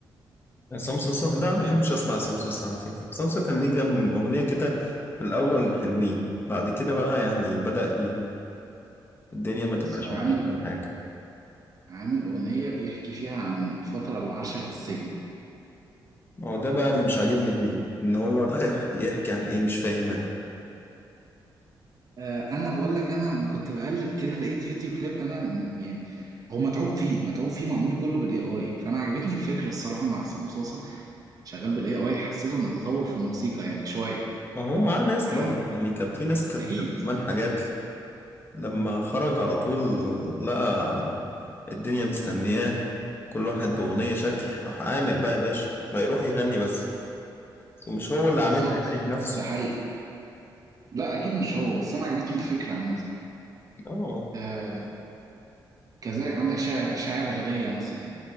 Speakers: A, on the left; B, on the right.
A: عصام صاصا
B: <laughs>
A: لا ما بحبش
B: الفيديو
A: اسمع عصام صاصا على فكره عصام صاصا كان ليه كام اغنيه كده في الاول حلوين بعد كده بقى يعني بدا ي- الدنيا
B: بص
A: ما تبقاش
B: هو عامل
A: مخالفه حاجه
B: عامل اغنيه بيحكي فيها عن الفتره اللي عاشها في السجن
A: هو ده بقى اللي مش عاجبني فيه ان هو رايح يحكي عن ايه مش فاهم انا
B: آه، انا بقول لك انا كنت بقلب كده لقيت فيديو كليب انا م- يعني هو متعوب فيه متعوب فيه معمول كله بالاي اي فانا عجبتني الفكره الصراحه مع عصام صاصه شغال بالاي اي حسيته ان التطور في الموسيقى يعني شويه
A: ما هو معاه ناس
B: فحب
A: برضه يعني كان في ناس كاتبه
B: اكيد
A: له كمان حاجات لما خرج على طول لقى الدنيا مستنياه كل واحد بأغنية شكل راح عامل بقى يا باشا بقى يروح يغني بس ومش هو اللي عاملها
B: بالظبط
A: يعني بنفسه
B: ده حقيقي لا اكيد مش هو بس انا عجبتني الفكره عامه
A: اه
B: آه كذلك عندك شاعر شاعر الغية مثلا